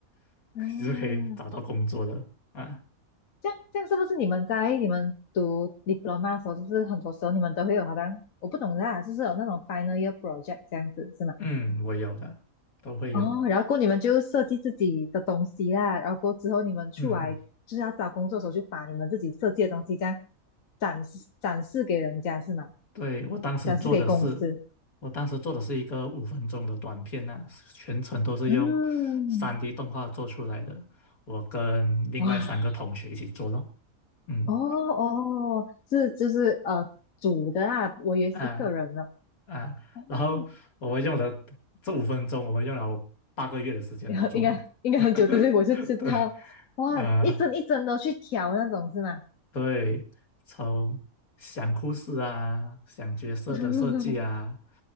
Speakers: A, on the left; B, on the left.
A: <laughs>
B: 嗯。
A: 你是可以找到工作的啊。
B: 这样这样是不是你们在你们读 diploma 的时候，就是很多时候你们都会有好像我不懂啦，就是有那种 final year project 这样子是吗？
A: 嗯，我有的，都会有。
B: 哦，然后过后你们就设计自己的东西啦，然后过后之后你们出来就是要找工作的时候，
A: 嗯。
B: 就把你们自己设计的东西这样展示展示给人家是吗？
A: 对，我当时做的是，
B: 展示给公司。
A: 我当时做的是一个五分钟的短片呐、全程都是用三
B: 嗯，
A: d 动画做出来的。我跟另外三个同学一起做咯，
B: 哇，
A: 嗯
B: 哦哦，是就是呃组的啊，我以为是一个人呢。
A: 啊啊，
B: 哦，
A: 然后我们用了这五分钟，我们用了八个月的时间来做的。
B: <laughs> 然后应该应该很久，
A: <laughs>
B: 之前我就知道，
A: 对
B: 哇，
A: 啊、
B: 一针一针的去挑那种是吗？
A: 对，从想故事啊，想角色的设计啊，
B: <laughs>